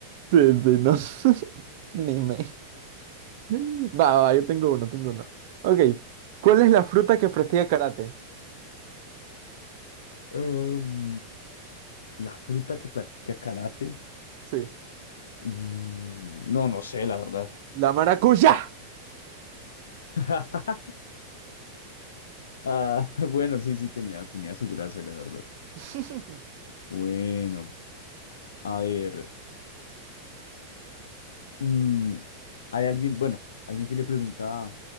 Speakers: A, on the right; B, on the left.
A: Sí, sí, no. <laughs> Anime. Va, va, yo tengo uno, tengo uno. Ok, ¿cuál es la fruta que practica karate?
B: Em, la fruta que practica karate.
A: Sí,
B: mm, No, no sé, la verdad.
A: la maracuyá.
B: <laughs> Ah, bueno, sí, sí, tenía, tenía su gracia, la verdad.
A: <laughs>
B: Bueno, a ver. mm, hay alguien, bueno, alguien que le pregunta,